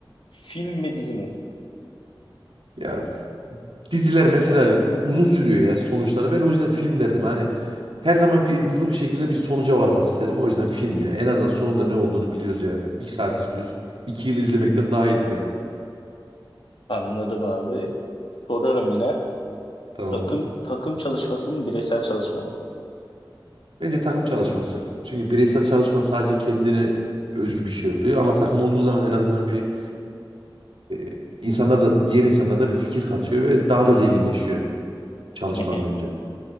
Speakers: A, on the left (about 80°); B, on the right (about 85°).
A: film mi dizi mi?
B: Ya diziler mesela uzun sürüyor ya sonuçları. Ben o yüzden film derdim. Hani her zaman bir hızlı bir şekilde bir sonuca varmak isterim. O yüzden film ya. En azından sonunda ne olduğunu biliyoruz yani. İki saat izliyoruz. İki yıl izlemekten daha iyidir yani.
A: Anladım abi. Soruyorum yine.
B: Tamamdır.
A: Takım takım çalışması mı bireysel çalışma mı?
B: Bence takım çalışması. Çünkü bireysel çalışma sadece kendine özgü bir şey oluyor ama takım olduğu zaman en azından bir e, insanlar da diğer insanlar da bir fikir katıyor ve daha da zenginleşiyor çalışman
A: Hı hı.
B: bence.